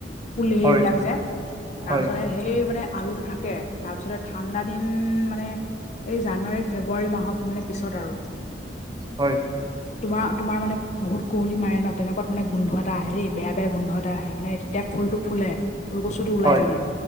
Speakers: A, on the left; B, on the right.
A: কুল সেই
B: হয়
A: বিলাক যে
B: হয়
A: তাৰ পিছতে। সেই মানে আলুটো থাকে, তাৰ পিছতে ঠাণ্ডা দিন মানে। এই জানুৱাৰী- ফেব্ৰুৱাৰী মাহত মানে পিছত আৰু।
B: হয়।
A: তোমাৰ - তোমাৰ মানে বহুত কুঁৱলী মাৰে ন, তেনেকুৱাত মানে গোন্ধ এটা আহে দেই বেয়া - বেয়া গোন্ধ এটা আহে মানে তেতিয়া। ফুল টো ফুলে ফুলকচু টো ওলাই
B: হয়
A: মানে,